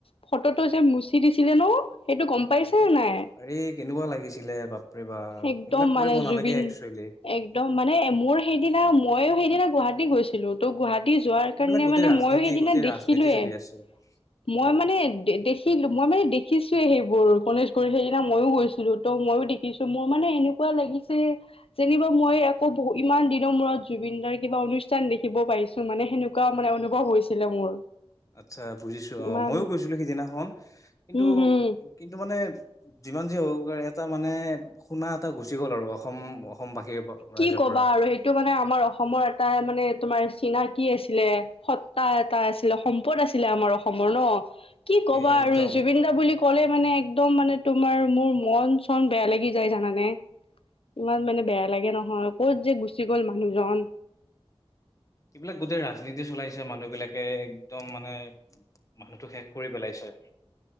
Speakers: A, on the left (about 70°); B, on the left (about 35°).
A: ফটোটো যে মুচি দিছিলে ন সেইটো গম পাইছে
B: এই
A: নাই?
B: আৰে কেনেকুৱা লাগিছিলে বাপৰে বাপ
A: একদম
B: এইবিলাক কৰিব
A: মানে
B: নালাগে
A: জুবিন
B: একচুৱেলি
A: একদম মানে মোৰ সেইদিনা মইয়ো সেইদিনা গুৱাহাটী গৈছিলো তো গুৱাহাটী যোৱাৰ কাৰণে
B: এইবিলাক গোটেই
A: মানে
B: ৰাজনীতি
A: মইয়ো সেইদিনা
B: গোটেই
A: দেখিলোয়ে।
B: ৰাজনীতি চলি আছে এইবিলাক
A: মই মানে দেখিলো মই মানে দেখিছোৱয়ে সেইবোৰ। গণেশগুৰি সেইদিনা মইো গৈছিলো ত' মইো দেখিছো মোৰ মানে এনেকুৱা লাগিছে যেনিবা মই আকৌ বহু ইমান দিনৰ মূৰত জুবিন দাৰ কিবা অনুষ্ঠান দেখিব পাইিছো মানে সেনেকুৱা মানে অনুভৱ হৈছিলে মোৰ
B: আচ্ছা! বুজিছো অ
A: ইমান
B: মইো গৈছিলো সিদিনাখন কিন্তু
A: হম হম
B: কিন্তু মানে যিমান যি হ'ব এটা। মানে শুনা এটা গুচি গ'ল আৰু অ' অসম অসমবাসীৰ ৰাইজৰ
A: কি কবা
B: পৰা
A: আৰু সেইটো মানে আমাৰ অসমৰ এটা মানে তোমাৰ। চিনাকি আছিলে সত্তা এটা আছিলে সম্পদ আছিলে আমাৰ অসমৰ ন কি ক'বা
B: এই একদম
A: আৰু জুবিন দা বুলি ক কলে মানে একদম মানে তোমাৰ মোৰ মন চন বেয়া লাগি যায় জানানে ইমান মানে বেয়া। লাগে নহয় ক'ত যে গুচি গ'ল মানুহজন।
B: এইবিলাক গোটেই ৰাজনীতি চলাইছে মানুহবিলাকে একদম মানে মানুহটো শেষ কৰি পেলাইছে।